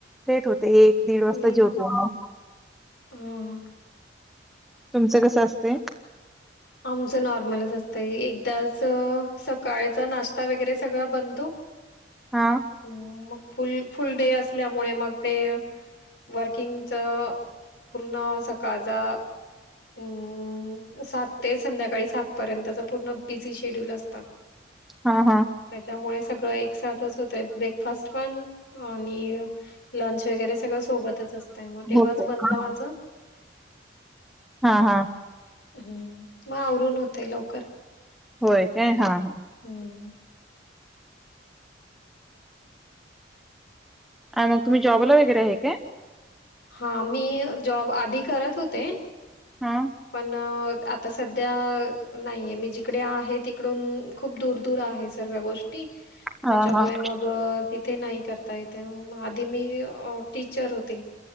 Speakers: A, in the centre; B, on the left.
A: लेट होत. ते एक दीड वाजता
B: लेट
A: जेवतो
B: होतय
A: म
B: ह
A: तुमचं कसं असते?
B: आमचं नॉर्मलच असतंय एकदाच सकाळचा नाश्ता वगैरे सगळं बनतो.
A: हा
B: ह मग फुल फुल डे असल्यामुळे मग ते वर्किंगच पूर्ण सकाळचा अम सात ते संध्याकाळी सात पर्यंतचा पूर्ण बिझी शेड्यूल असत.
A: हा हा.
B: त्याच्यामुळे सगळं एक साथच होतय ब्रेकफास्ट पण आणि लंच वगैरे सगळ सोबतच असत मग तेव्हाच
A: हो काय.
B: बनत माझ
A: <inaudible> हा हा.
B: हम्म मग आवरून होतय लवकर.
A: होय काय हा हा.
B: हम्म
A: आणि मग तुम्ही जॉबला वगैरे आहे का?
B: हां, मी जॉब आधी करत होते
A: हां.
B: पण आता सध्या नाहीये मी जिकडे आहे तिकडून खूप दूर दूर आहे सर्व्या गोष्टी
A: हां,
B: त्याच्यामुळे
A: हां.
B: मग तिथे नाही करता येते आधी मी अ टीचर होते.